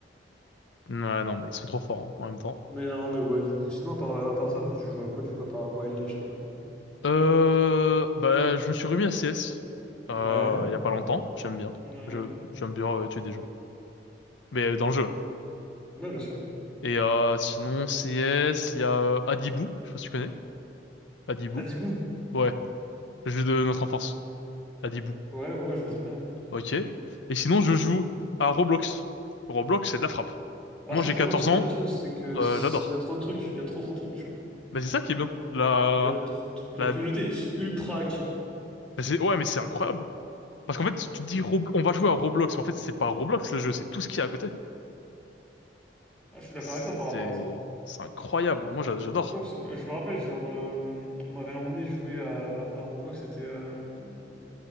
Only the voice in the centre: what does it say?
Mais non, mais ouais, du coup, sinon, à part, à part ça, toi, tu joues à quoi, du coup, à part Wild, je sais pas quoi.
Ouais,
ouais,
ouais, bien sûr.
Ah, Dibou.
Ouais, ouais, je vois très bien. ouais.
Après,
Roblox,
en
fait, le truc, c'est que
c'est-
il y a trop de trucs, il y a trop, trop de trucs, tu vois.
Il y a trop de trucs.
La communauté est ultra active.
Ah, je suis d'accord
avec toi par rapport à ça. hein.
Roblox, euh, je me rappelle, genre, euh, on m'avait emmené jouer à, à Roblox, c'était euh,